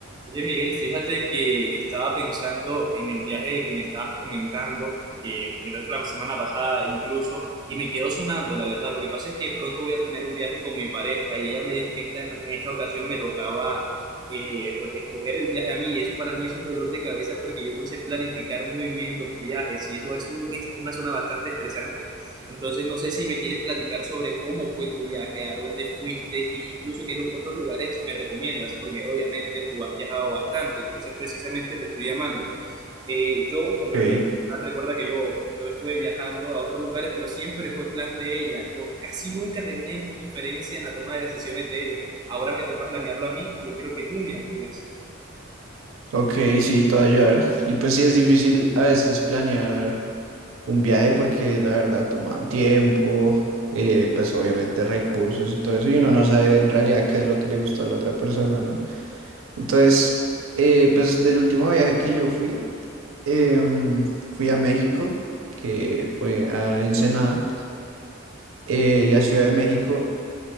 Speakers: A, on the right; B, on the right.
A: Oye, Miguel, fíjate que estaba pensando en el viaje que me estabas comentando, que me comentaste la semana pasada incluso, y me quedó sonando, la verdad. Lo que pasa es que pronto voy a tener un viaje con mi pareja y ella me dijo que esta, en esta ocasión me tocaba eh, pues escoger el viaje a mí, y eso para mí es un dolor de cabeza porque yo no sé planificar muy bien los viajes y eso es un- es una zona bastante estresante. Entonces, no sé si me quieres platicar sobre cómo fue tu viaje, a dónde fuiste e incluso qué lu- otros lugares me recomiendas, porque obviamente tú has viajado bastante y por eso precisamente te estoy llamando. Eh, yo, por lo
B: Ok,
A: que veo, recuerda que yo, yo estuve viajando a otros lugares, pero siempre fue plan de ella. y Yo casi nunca tenía in- inferencia en la toma de decisiones de ellos. Ahora me toca planearlo a mí y yo quiero que tú me ayudes.
B: ok, sí, te va a ayudar. Y pues sí, es difícil a veces planear un viaje porque la verdad toma tiempo, eh, pues obviamente recursos y todo eso, y uno no sabe en realidad qué es lo que le gusta a la otra persona, ¿no? Entonces, eh, pues del último viaje que yo fui, em, fui a México, que fue a Ensenada, eh, y a Ciudad de México.